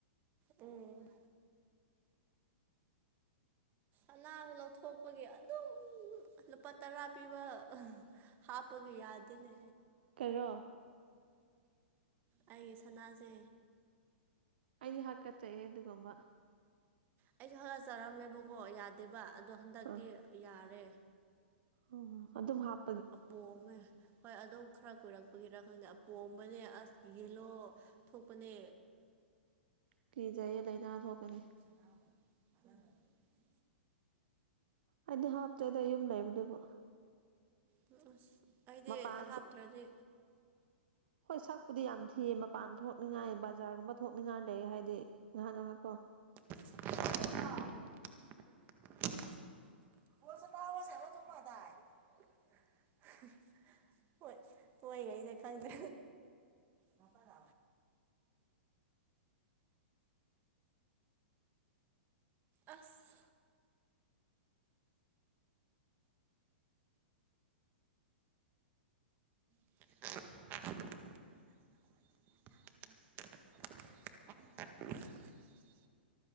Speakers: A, on the right; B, on the right.
A: ꯎꯝ ꯑꯅꯥꯕꯥ ꯂꯧꯊꯣꯛꯄꯒꯤ ꯑꯗꯨꯝ ꯂꯨꯄꯥ ꯇꯔꯥ ꯄꯤꯕ ꯍꯥꯄꯒ ꯌꯥꯗꯦꯅꯦ
B: ꯀꯩꯔꯣ
A: ꯑꯩꯒꯤ ꯁꯅꯥꯖꯦ
B: ꯑꯩꯗꯤ ꯍꯥꯀꯠꯆꯩꯍꯦ ꯑꯗꯨꯒꯨꯝꯕ
A: ꯑꯩꯁꯨ ꯍꯒꯠꯆꯔꯝꯃꯦꯕꯀꯣ ꯌꯥꯗꯦꯕ ꯑꯗꯣ ꯍꯟꯗꯛꯇꯤ
B: ꯑꯥ
A: ꯌꯥꯔꯦ
B: ꯑꯣ ꯑꯗꯨꯝ ꯍꯥꯞ
A: ꯑꯄꯣꯝꯃꯦ ꯍꯣꯏ ꯑꯗꯨꯝ ꯈꯔ ꯀꯣꯏꯔꯛꯄꯒꯤꯔ ꯈꯪꯗꯦ ꯑꯄꯣꯝꯕꯅꯦ ꯑꯁ ꯌꯦꯂꯣ ꯊꯣꯛꯄꯅꯦ
B: ꯀꯤꯖꯩꯌꯦ ꯂꯩꯅꯥ ꯊꯣꯛꯀꯅꯤ
A: <unintelligible>
B: ꯑꯩꯗꯤ ꯍꯥꯞꯇ꯭ꯔꯦꯗ ꯌꯨꯝ ꯂꯩꯕꯗꯨꯕꯣ
A: ꯅ ꯑꯁ ꯑꯩꯗꯤ
B: ꯃꯄꯥꯟ
A: ꯍꯥꯞꯇ꯭ꯔꯗꯤ
B: ꯊꯣꯛ ꯍꯣꯏ ꯁꯛꯄꯨꯗꯤ ꯌꯥꯝ ꯊꯤꯌꯦ ꯃꯄꯥꯟ ꯊꯣꯛꯅꯤꯡꯉꯥꯏ ꯕꯖꯥꯔꯒꯨꯝꯕ ꯊꯣꯛꯅꯤꯡꯉꯥꯏ ꯂꯩ ꯍꯥꯏꯗꯤ ꯉꯍꯥꯛ ꯉꯍꯥꯛ ꯀꯣ
A: <unintelligible> <unintelligible> ꯍꯣꯏ ꯃꯣꯏꯒꯩꯖꯦ ꯈꯪꯗꯦ ꯃꯄꯥ <unintelligible> ꯑꯁ <inaudible> <inaudible>